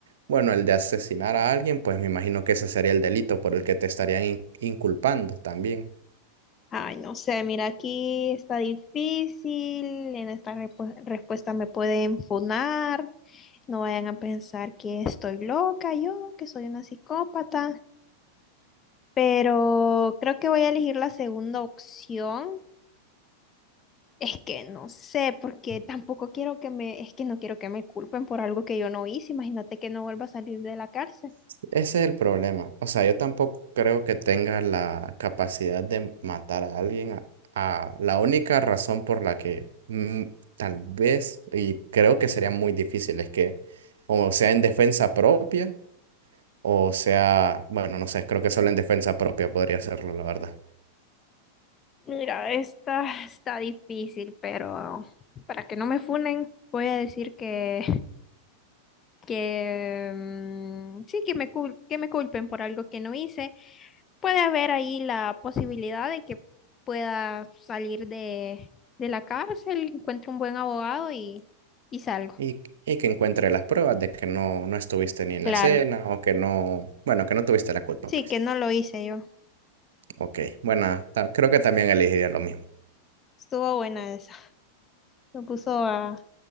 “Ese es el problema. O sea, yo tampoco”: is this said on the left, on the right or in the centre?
Right